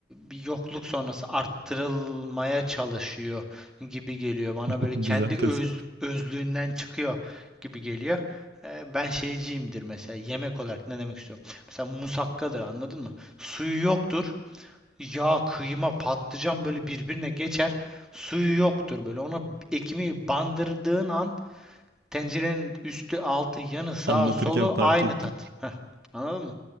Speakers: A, in the centre; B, on the right (about 60°).
A: bir yokluk sonrası arttırılmaya çalışıyor gibi geliyor. Bana
B: <laughs>
A: böyle
B: Güzel
A: kendi öz,
B: tespit.
A: özlüğünden çıkıyor gibi geliyor. E, ben şeyciyimdir mesela yemek olarak ne demek istiyorum? Mesela musakkadır anladın mı? Suyu yoktur. Yağ, kıyma, patlıcan böyle birbirine geçer. Suyu yoktur böyle. Ona ekmeği bandırdığın an tencerenin üstü, altı, yanı, sağı,
B: Anlatırken
A: solu
B: fark
A: aynı
B: ettim.
A: tat. Heh, anladın mı?